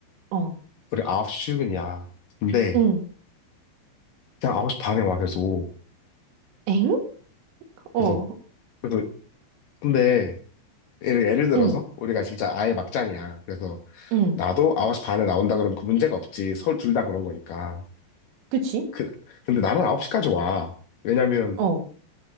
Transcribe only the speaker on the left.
우리 아홉시 출근이야. 근데,
그냥 아홉시 반에 와, 계속.
그래서, 그래서, 근데, 예를, 예를 들어서,
우리가 진짜 아예 막장이야. 그래서,
나도 아홉시 반에 나온다 그러면 그 문제가 없지. 서로 둘 다 그런 거니까.
그, 근데 나는 아홉시까지 와. 왜냐면,